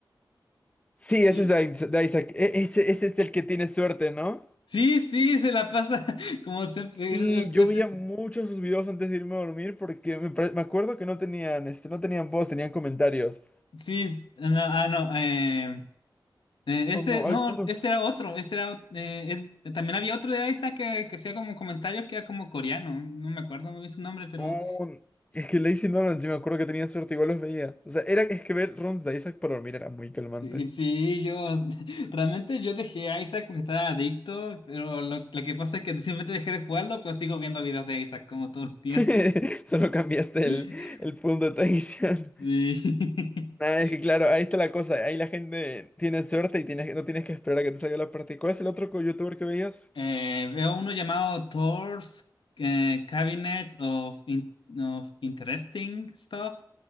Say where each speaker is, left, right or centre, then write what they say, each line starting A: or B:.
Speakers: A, on the left; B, on the left.
A: Sí, ese
B: Y
A: es de Is- de Isaac. E- Ese, ese es el que tiene suerte, ¿no?
B: sí, sí, se la pasa <laughs> como siempre,
A: Sí,
B: es- es-
A: yo veía
B: es-
A: muchos sus videos antes de irme a dormir porque me, pare- me acuerdo que no tenían, este, no tenían voz, tenían comentarios.
B: sí, es- no, ah, no, eh, eh,
A: O
B: ese,
A: no,
B: no,
A: algunos.
B: ese era otro, ese era, ot- eh, eh, también había otro de Isaac que, que hacía como comentarios que era como coreano, no me acuerdo muy bien su nombre, pero
A: Oh, es que Lazy Nolan, sí me acuerdo que tenía suerte, igual los veía. O sea, era, es que ver runs de Isaac para dormir era muy calmante.
B: Sí, sí, yo <laughs> realmente yo dejé a Isaac, porque estaba adicto, pero lo, lo que pasa es que simplemente dejé de jugarlo, pero sigo viendo videos de Isaac como todos los días.
A: <laughs> Solo cambiaste
B: <laughs>
A: el, el punto de atención.
B: Sí.
A: Nada,
B: <laughs>
A: es que claro, ahí está la cosa. Ahí la gente tiene suerte y tienes, no tienes que esperar a que te salga la parte. ¿Cuál es el otro co- youtuber que veías?
B: Eh, veo uno llamado Thor's eh, Cabinet of, In- of Interesting Stuff,